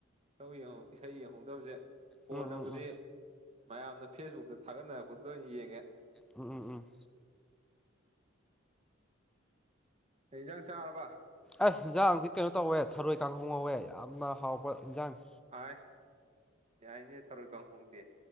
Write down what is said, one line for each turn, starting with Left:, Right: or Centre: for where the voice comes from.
Right: ꯇꯧ ꯌꯦꯡꯉꯣ ꯏꯁꯩ ꯌꯦꯡꯍꯧꯗꯕꯁꯦ ꯀꯣꯟꯅꯕꯨꯗꯤ
Centre: ꯎꯝ ꯎꯝ ꯎꯝ
Right: ꯃꯌꯥꯝꯅ ꯐꯦꯁꯕꯨꯛꯇ ꯊꯥꯒꯠꯅꯔꯛꯄꯗꯨꯗ ꯑꯣꯏꯅ ꯌꯦꯡꯉꯦ
Centre: ꯎꯝ ꯎꯝ ꯎꯝ
Right: ꯀꯩ ꯌꯦꯟꯖꯥꯡ ꯆꯥꯔꯕ
Centre: ꯑꯁ ꯏꯟꯖꯥꯡꯁꯤ ꯀꯩꯅꯣ ꯇꯧꯋꯦ ꯊꯔꯣꯏ ꯀꯥꯡꯍꯧ ꯉꯧꯋꯦ ꯌꯥꯝꯅ ꯍꯥꯎꯄ ꯏꯟꯖꯥꯡꯅꯦ
Right: ꯑꯥꯏ ꯌꯥꯏꯅꯦ ꯊꯔꯣꯏ ꯀꯥꯡꯍꯧꯗꯤ